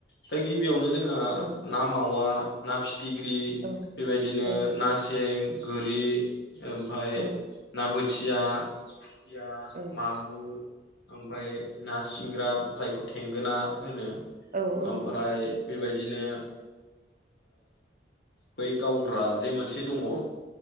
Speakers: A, on the left; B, on the right.
A: दा गिबियावनो जोंहा
B: औ
A: नाम मावा ना फिथिख्रि
B: औ
A: बेबायदिनो
B: औ
A: ना सें गोरि ओम ओमफ्राय
B: औ
A: ना बोथिया थिया
B: औ
A: माग गुर ओमफ्राय ना सिंग्रा जायखौ थेंगोना होनो
B: औ औ
A: ओमफ्राय बेबायदिनो बै गावग्रा जे मोनसे दङ ओ